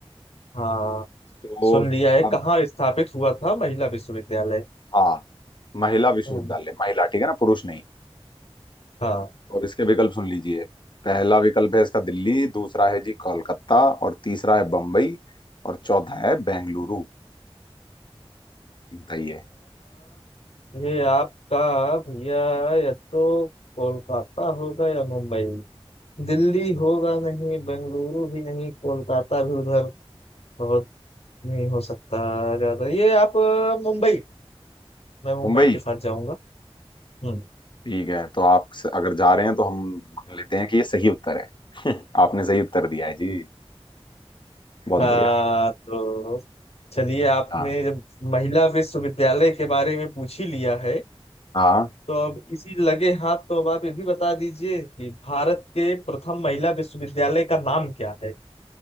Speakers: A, on the left (about 80°); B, on the left (about 50°).
A: हाँ
B: तो
A: सुन लिया है
B: अब
A: कहाँ स्थापित हुआ था महिला विश्वविद्यालय
B: हाँ महिला विश्वविद्यालय
A: हम्म
B: महिला ठीक है ना पुरुष नहीं
A: हाँ
B: और इसके विकल्प सुन लीजिए पहला विकल्प है इसका दिल्ली दूसरा है जी कोलकाता और तीसरा है बम्बई और चौथा है बेंगलुरु बताइए
A: ये आपका भैया या तो कोलकाता होगा या मुंबई दिल्ली होगा नहीं बेंगलुरु भी नहीं कोलकाता भी उधर बहुत नहीं हो सकता ज्यादा ये आप अ, मुंबई मैं मुंबई
B: मुंबई
A: के साथ जाऊंगा हम्म
B: ठीक है तो आप से- अगर जा रहे हैं तो हम मान लेते हैं कि ये सही उत्तर है <laughs> आपने सही उत्तर दिया है जी बहुत
A: हाँ
B: बढ़िया
A: तो चलिए आपने
B: हाँ
A: जब महिला विश्वविद्यालय के बारे में पूछ ही लिया है
B: हाँ हाँ।
A: तो अब इसी लगे हाथ तो अब आप ये भी बता दीजिए कि भारत के प्रथम महिला विश्वविद्यालय का नाम क्या है